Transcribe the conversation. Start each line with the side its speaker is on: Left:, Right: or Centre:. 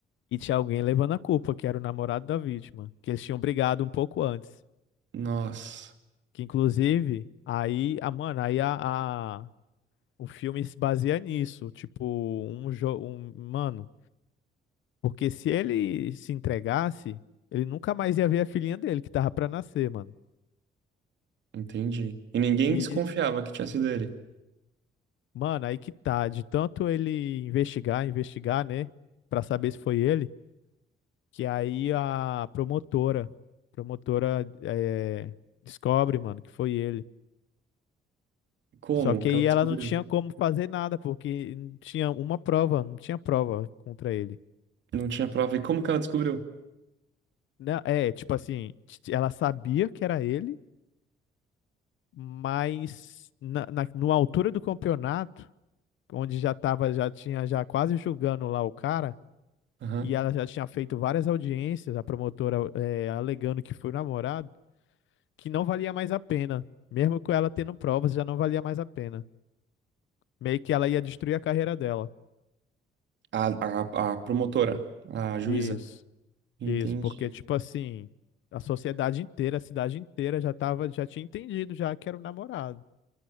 Left: E tinha alguém levando a culpa, que era o namorado da vítima, que eles tinham brigado um pouco antes.
Right: Nossa.
Left: Que inclusive, aí, a, mano, aí a, a- o filme se baseia nisso. Tipo, um jogo. Um, mano. Porque se ele se entregasse, ele nunca mais ia ver a filhinha dele que tava pra nascer, mano.
Right: Entendi. E ninguém
Left: E,
Right: desconfiava que tinha sido ele.
Left: mano, aí que tá, de tanto ele investigar, investigar, né, Pra saber se foi ele, que aí a promotora, promotora eh, descobre, mano, que foi ele.
Right: Como
Left: Só que
Right: que
Left: aí
Right: ela descobriu?
Left: ela não tinha como fazer nada, porque não tinha uma prova, não tinha prova contra ele.
Right: Não tinha prova. E como que ela descobriu?
Left: Não, é, tipo assim, t- ela sabia que era ele, mas na, na, na altura do campeonato onde já tava, já tinha já quase julgando lá o cara,
Right: Aham.
Left: e ela já tinha feito várias audiências, a promotora eh, alegando que foi namorado, que não valia mais a pena. Mesmo com ela tendo provas, já não valia mais a pena. Meio que ela ia destruir a carreira dela.
Right: A, a, a promotora, a juíza,
Left: Isso,
Right: entendi.
Left: isso, porque tipo assim, a sociedade inteira, a cidade inteira já tava, já tinha entendido já que era o namorado.